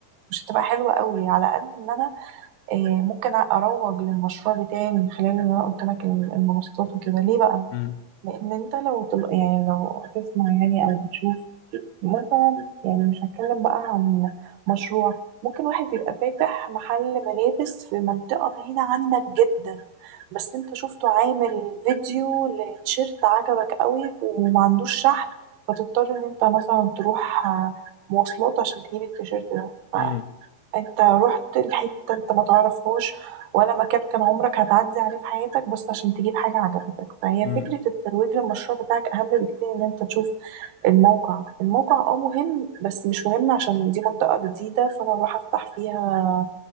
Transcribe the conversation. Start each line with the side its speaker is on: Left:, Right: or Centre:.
Right: مش هتبقى حلوة قوي على قد ان انا آه، ممكن اروج للمشروع بتاعي من خلال ان انا قلت لك المنصات وكده ليه بقى
Left: مم.
Right: لان انت لو تل... يعني لو هتسمع يعني او بتشوف مثلا يعني مش هتكلم بقى عن مشروع ممكن واحد يبقى فاتح محل ملابس في منطقة بعيدة عنك جدا بس انت شفته عامل فيديو لتيشيرت عجبك قوي وما عندوش شحن فتضطر ان انت مثلا تروح آه، مواصلات عشان تجيب التيشيرت ده
Left: مم.
Right: انت رحت لحتة انت ما تعرفهاش ولا مكان كان عمرك هتعدي عليه في حياتك بس عشان تجيب حاجة عجبتك فهي
Left: مم.
Right: فكرة الترويج للمشروع بتاعك أهم بكتير إن أنت تشوف الموقع الموقع اه مهم بس مش مهم عشان دي منطقة جديدة فأنا أروح أفتح فيها